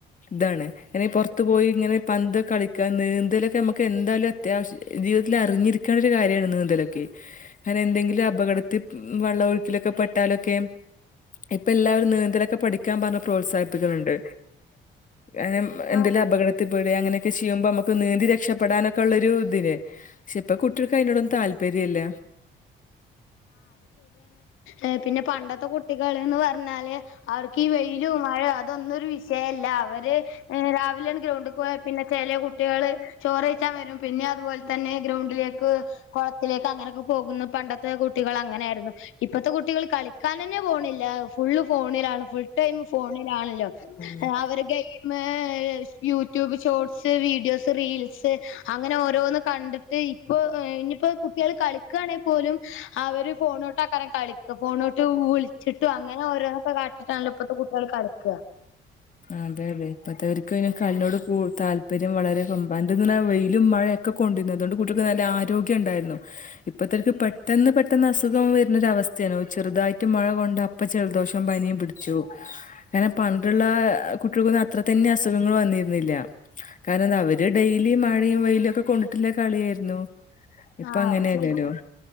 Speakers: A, on the left; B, on the left.
A: താണ് ഇങ്ങനെ പൊറ്ത്ത് പോയി ഇങ്ങനെ പന്ത്‌ കളിക്ക നീന്തലൊക്കെ നമുക്ക് എന്തായാലും അത്യാവശ്യ ജീവിതത്തിൽ അറിഞ്ഞിരി കാര്യാണ് നീന്തലൊക്കെ അങ്ങനെ എന്തെങ്കിലും അപകടത്തിൽ വെള്ളം ഒഴുക്കിലൊക്കെ പെട്ടാലൊക്കെ ഇപ്പം എല്ലാവരും നീന്തലൊക്കെ പഠിക്കാൻ പറഞ്ഞ് പ്രോത്സാഹിപ്പിക്കുന്നുണ്ട്
B: <unintelligible>
A: ങ്ങനം എന്തേലും
B: ആ
A: അപകടത്തിൽ പെടേ അങ്ങനെയൊക്കെ ചെയ്യുമ്പം നമ്മക്ക് നീന്തി രക്ഷപ്പെടാനൊക്കെ ഉള്ളൊരു ഇത്ല്ലേ പക്ഷെ ഇപ്പം കുട്ടികൾക്ക് അയ്നോടൊന്നും താല്പര്യല്ല
B: ഏ പിന്നെ പണ്ടത്തെ കുട്ടികൾന്ന് പറഞ്ഞാല് അവർക്ക് ഈ വെയിലും മഴ അതൊന്നൊരു വി ശയല്ല അവര് രാവിലെയാണ് ഗ്രൗണ്ട്ക്ക് പോയ പിന്നെ ചെലേ കുട്ടികള് ചോറെയ്ച്ചാൻ വരും പിന്നെ അതുപോലെ തന്നെ ഗ്രൗണ്ടിലേക്ക് കൊളത്തിലേക്ക് അങ്ങനെയൊക്കെ പോകുന്നു പണ്ടത്തെ കുട്ടികൾ അങ്ങനെ ആയിരുന്നു ഇപ്പഴ്ത്തെ കുട്ടികള് കളിക്കാനന്നെ പോണില്ല ഫുള്ള് ഫോണിലാണ് ഫുൾ ടൈം ഫോൺ ണിലാണല്ലോ
A: ഉം
B: game YouTube shorts videos reels അങ്ങനെ ഓരോന്ന് കൺ കണ്ടിട്ട് ഇപ്പോ ഇനിയിപ്പോ കുട്ടികൾ കളിക്കാണേ പോലും അവര് ഫോണോട്ടക്കരെ കളിക്കും ഫോണോട്ട് വിളിച്ചിട്ടും അങ്ങനെ ഓരോന്നൊക്കെ കാട്ടിട്ടാണല്ലോ ഇപ്പഴ്ത്തെ കുട്ടികൾ കളിക്കാ
A: അതെ അതെ ഇപ്പഴ്ത്തവർക്ക് പിന്നെ കളീനോട് കൂ താല്പര്യം വളരെ കൊമ്പാണ്ട് <unintelligible> വെയിലും മഴയൊക്കെ കൊണ്ടിന്നു അതോണ്ട് കുട്ടികൾക്ക് നല്ല ആരോഗ്യം ഉണ്ടായിരുന്നു ഇപ്പഴ്ത്തവർക്ക് പെട്ടെന്ന് പെട്ട ന്ന അസുഖം വരുന്നൊരു അവസ്ഥയാണ് ചെറുതായിട്ട് മഴ കൊണ്ട അപ്പം ജലദോഷോം പനിയും പിടിച്ചോവും അങ്ങനെ പണ്ട്ള്ള ആ കുട്ടികൾക്കൊന്നും അത്രതന്നെ അസുഗങ്ങള് അ വന്നിരുന്നില്ല കിരണം എന്തി അവര് ഡെയ്ലീ മഴ ഴയും വെയിലും ഒക്കെ കൊണ്ടിട്ടില്ല കളിയായിരുന്നു ഇപ്പൊ
B: ആഹ്
A: അങ്ങനെയല്ലല്ലോ
B: അത് ശെരിയ